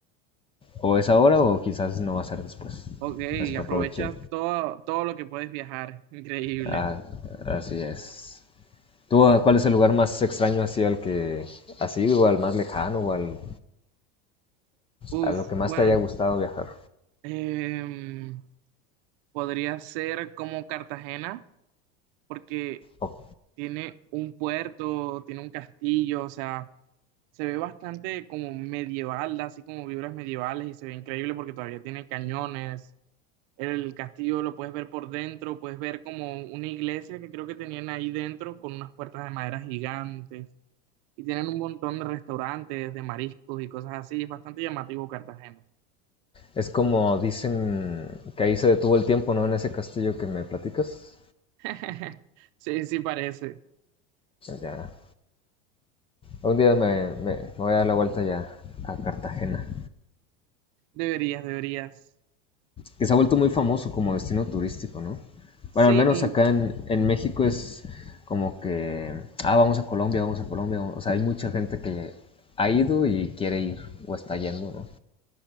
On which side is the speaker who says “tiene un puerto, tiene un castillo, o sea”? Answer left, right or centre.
Right